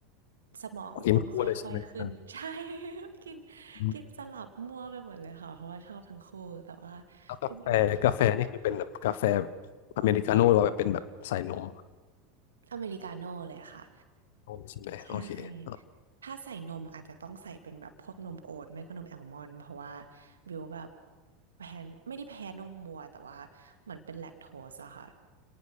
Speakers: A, on the right; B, on the left.
A: สมองต้องค่อยๆขึ้น
B: กินคู่เลยใช่ไหมอ่า
A: <laughs> ใช่ <laughs> กิน
B: อืม
A: กินสลับมั่วไปหมดเลยค่ะเพราะว่าชอบทั้งคู่แต่ว่า
B: แล้วกาแฟกาแฟนี่คือเป็นแบบกาแฟ
A: จริง
B: อเมริกาโน่หรือว่าแบบเป็นแบบใส่นม
A: ๆอเมริกาโน่เลยค่ะ
B: โน่เลยใช่ไหมโอเคอ่า
A: ใช่ ถ้าใส่นมอาจจะต้องใส่เป็นแบบพวกนมโอ๊ตไม่ก็นมแอลมอนด์เพราะว่าบิวแบบแพ้ไม่ได้แพ้นมวัวแต่ว่าเหมือนเป็นแลคโตสอะค่ะ